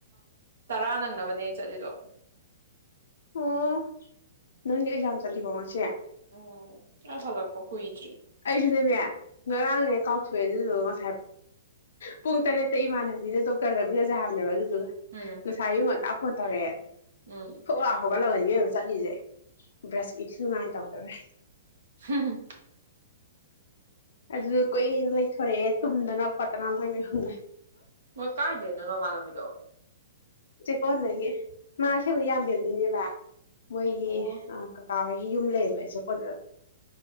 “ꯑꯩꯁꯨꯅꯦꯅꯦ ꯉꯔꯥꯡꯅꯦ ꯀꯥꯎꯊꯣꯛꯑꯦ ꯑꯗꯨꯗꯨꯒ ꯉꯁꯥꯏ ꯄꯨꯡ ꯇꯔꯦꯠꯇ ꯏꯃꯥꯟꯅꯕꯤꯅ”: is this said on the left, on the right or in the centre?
Left